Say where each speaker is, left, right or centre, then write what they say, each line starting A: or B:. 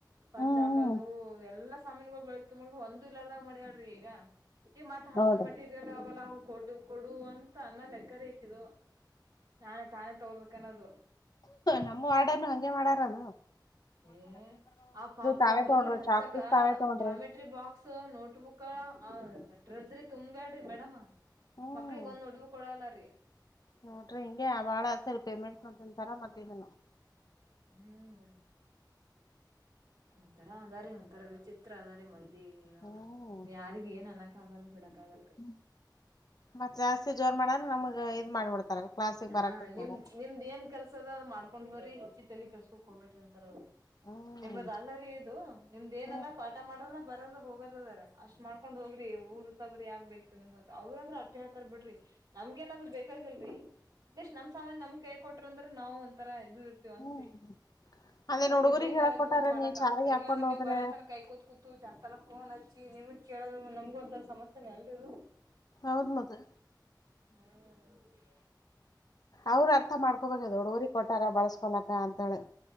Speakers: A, on the right; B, on the left.
A: ಪಂಚ್
B: ಹ್ಮ್
A: ಹಾಕದು
B: ಹ್ಮ್
A: ಎಲ್ಲಾ ಸಾಮನ್ಗಳು ಬೆಳಕಿ ಮಾಡ ಒಂದು ಇಲರ್ದಾಂಗ ಮಾಡ್ಯಾಳ್ರಿ ಈಗ. ಈ ಮಟ್ಟ ಹಾಸ್ಟೆಲ್
B: ನೋಡ್ರಿ
A: ಮಟೀರಿಯಲ್ ಅವಲ್ಲ ಅವ ಕೊಡು ಕೊಡು ಅಂತ ಅನ್ನ ಲೆಕ್ಕರೆ ಈಕೆದು. ನಾವೆ ತಾನೇ ತಗೋಬೇಕನ್ನೋದು.
B: ನಮ್ಮ ವಾರ್ಡನ್ನು ಹಂಗೆ ಮಾಡಾರದ.
A: ಏ ಆ ಪಾಪ
B: ತಾವೇ
A: ಹುಡುಗರ್ಗ್
B: ತಗೊಂಡ್ರು
A: ಹಂಚಕ
B: ಚಾಕ್ ಪೀಸ್ ತಾವೇ ತಗೊಂಡ್ರು
A: ಜಾಮೆಟ್ರಿ ಬಾಕ್ಸ್. ತ್ ನೋಟ್ ಬುಕ್ಕ್ ಆ ಟ್ರೆಜರಿ ತುಂಬ್ಯಾಡ್ರಿ ಮೇಡಮ್.
B: ಹ್ಮ್
A: ಮಕ್ಳಿಗೊಂದು ನಡುವ್ ಕೊಡಲ್ಲ ರೀ.
B: ನೋಡ್ರಿ ಹಿಂಗೆ ಆ ಬಾಳ ಸರಿ ಪೇಮೆಂಟ್ನು ನೋಂತರ ಮತ್ ಇದುನ್ನು.
A: ಹ್ಮ್ ರಿ. ಒಂಥರ ಅದಾರಿ ಒಂಥರ ವಿಚಿತ್ರ ಅದಾರೆ ಮಂದಿ ಇನ್ನು
B: ಹ್ಮ್
A: ಯಾರಿಗೆ ಏನ್ ಅನ್ನ. ಕಾಗಲ್ ಬಿಡಕ್ಕಾಗಲ್ ರಿ.
B: ಹ್ಮ ಮತ್ತ್ ಜಾಸ್ತಿ ಜೋರ್ ಮಾಡಾದ್ರೆ ನಮ್ಗ್ ಇದ್ ಮಾಡ್ಬಿಡ್ತಾರಲ್. ಕ್ಲಾಸಿಗ್
A: ಹ
B: ಬರಕ್ ಇದ್
A: ನಿಮ್
B: ಮಾಡಲ್ಲ
A: ನಿಮ್ದ ಏನ್ ಕೆಲ್ಸ ಅದ ಅದ್ ಮಾಡ್ಕೊಂಡ್ ಬರ್ರಿ ಹೆಚ್ಚಿಗ್ ತಲಿ ಕೆಲ್ಸ್ಕೊಕ್ ಹೋಗಬೇಡ್ರಿ ಅಂತಾರ ಅವ್ರು.
B: ಹ್ಮ್
A: ನಿಂಬದ ಅಲ್ಲರಿ ಇದು ನಿಮ್ದ ಏನದ
B: ಹ್ಮ್
A: ಪಾಠ ಮಾಡದ ಬರದು. ಹೋಗತದಾರ ಅಷ್ಟ್ ಮಾಡ್ಕೊಂಡ್ ಹೋಗ್ರಿ ಊರ್ ಉಸಾಬರಿ ಯಾಕ್ ಬೇಕ್ರಿ ನಿಮ್ಗತ್ ಅವ್ರ ಆದ್ರೂ ಅತೀ ಆತರ ಬಿಡ್ರಿ. ನಮ್ಗೆ ಏನಾದ್ರು ಬೇಕಾಗಿಲ್ರಿ ಅಟ್ಲೀಸ್ಟ್ ನಮ್ ಸಾಮಾನ್ ನಮ್ ಕೈ ಕೊಟ್ರ ಅಂದ್ರೆ ನಾವ್ ಒಂತರ ಇದು. ಅಂತ್ರಿ
B: ಹ್ಮ್ ಅದೇನ್
A: ನಮ್ಗೆ
B: ಹುಡುಗರಿಗ್
A: ಬೇಕಾದಾಗ
B: ಹೇಳಕ್ ಕೊಟ್ಟಾರ
A: ಯೂಸ್ ಮಾಡಕ್
B: ನೀವ್ ಶಾವಿಗೆ
A: ಆಗ್ತಾ
B: ಹಾಕೊಂಡ್
A: ಇಲ್ಲಂದ್ರ
B: ಹೋದ್ರೆ
A: ನೀವು ಬರಾತನ ಕಾಯಕೋ. ಕೂತು ಚೆಂತನ ಫೋನ್ ಹಚ್ಚಿ ನಿಮಗ್ ಕೇಳೋದು ನಮಗೂ ಅಂತ ಸಮಸ್ಯೆನೆ ಅಲ್ರಿ ಇದು.
B: ಹೌದ್ ಮತ್ತ.
A: ಹ್ಮ್.
B: ಅವ್ರ ಅರ್ಥ ಮಾಡ್ಕೋಬೇಕ ದೊಡ್ಡ ಊರಿಗೆ ಕೊಟ್ಟಾರ ಬಳಸ್ಕೊಲಕ ಅಂತೇಳಿ.